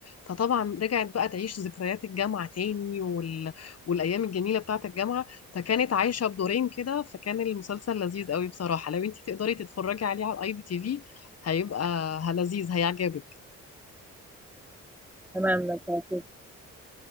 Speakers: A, on the left; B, in the centre.
A: فطبعا رجعت بقى تعيش ذكريات الجامعة تاني وال... والأيام الجميلة بتاعة الجامعة فكانت عايشة بدورين كده فكان المسلسل لذيذ قوي بصراحة لو انتي تقدري تتفرجي عليه على الاي بي تي في هيبقى ه- لذيذ هيعجبك
B: تمام ما شفتوش.